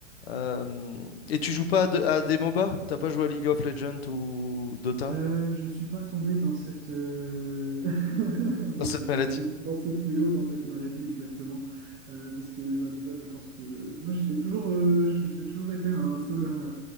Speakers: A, on the left (about 50°); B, on the right (about 30°).
A: Euh, Et tu joues pas à, de- à des MOBA? T'as pas joué à League of Legends ou Dota?
B: Euh, je suis pas tombé dans cette, euh, <laughs> dans
A: Dans cette
B: ce, dans
A: maladie?
B: ce, dans ce fléau, dans cette maladie exactement. Euh, parce que bah, déjà, je pense que moi, j'étais toujours, euh, je- j'ai toujours été un slow learner.